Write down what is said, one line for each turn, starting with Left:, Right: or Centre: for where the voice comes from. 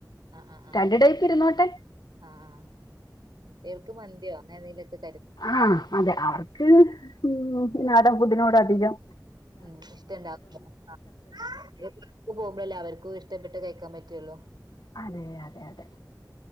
Right: ആഹ ആ് ആഹ
Left: രണ്ട് ടൈപ്പ് ഇരുന്നോട്ടെ
Right: ആഹ് ആഹ കുട്ടികൾക്ക് മന്തിയോ അങ്ങനേ തിലൊക്കെ
Left: ആഹ അതെ അവർക്ക് ഉം നാടൻ ഫുഡിനോടധികം
Right: ഉം ഇഷ്ടണ്ടാവൂല. <unintelligible> പോകുമ്പോഴല്ലേ അവർക്കും ഇഷ്ടപ്പെട്ട് കഴിക്- ക്കാൻ പറ്റുള്ളൂ
Left: അതെ അതെ അതെ